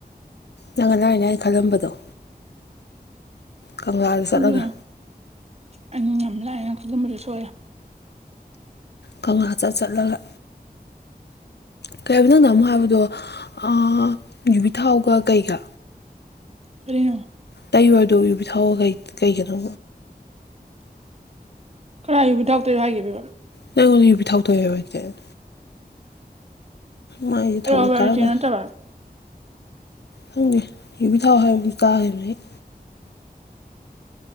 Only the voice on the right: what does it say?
ꯑꯗꯨꯅꯤ ꯑꯩꯅ ꯌꯥꯝ ꯂꯥꯏ ꯂꯥꯏꯅ ꯈꯜꯂꯝꯕꯗꯣ ꯁꯣꯏꯔꯦ
ꯀꯔꯤꯅꯣ
ꯀꯥꯏ ꯌꯨꯕꯤ ꯊꯥꯛꯇ ꯍꯥꯏꯒꯦꯕꯣ
ꯣꯕꯔ
ꯍꯥꯏꯇ ꯅꯠꯇꯕ <unintelligible>